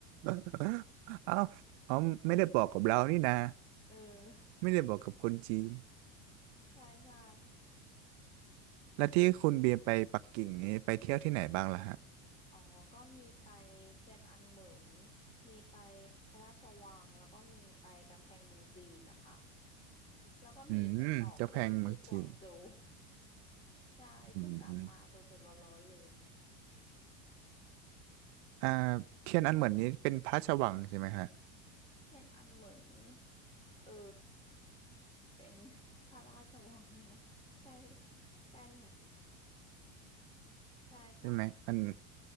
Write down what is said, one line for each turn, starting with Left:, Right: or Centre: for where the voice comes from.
Right: <laughs> เอ้าเขาไม่ได้บอกกับเรานี่นะ
Left: เออ
Right: ไม่ได้บอกกับคนจีน
Left: <laughs> ใช่ใช่
Right: แล้วที่คุณเบียร์ไปปักกิ่งนี้ไปเที่ยวที่ไหนบ้างล่ะฮะ
Left: อ๋อก็มีไปเทียนอันเหมินมีไปพระราชวังแล้วก็มีไปกำแพงเมืองจีนนะคะแล้วก็มีไปต่อเครื่องที่กวางโจว
Right: อืมเจ้าแพงเมืองจีน
Left: <laughs> ใช่เพิ่งกลับมาสดๆร้อนๆเลย
Right: อืมอืมอ่าเทียนอันเหมือนนี้เป็นพระราชวังใช่ไหมฮะ
Left: เทียนอันเหมินเออเป็น <laughs> พระราชวังไหมนะใช่ใช่แหละใช่ใช่
Right: ใช่ไหมมัน